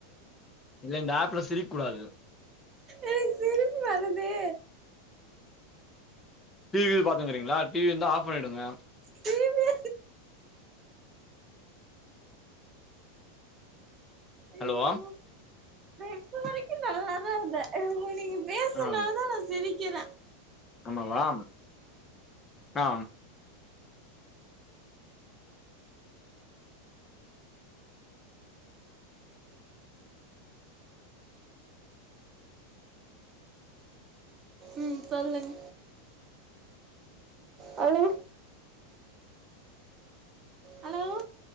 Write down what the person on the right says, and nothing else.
எனக் சிரிப்பு வருதே
டி விய ஐயோ
நா இப்ப வரைக்கு நல்லாதா இருந்த ம் நீங்க பேசுனாதா
நா சிரிக்கிற
ம் சொல்லுங்க ஹலோ ஹலோ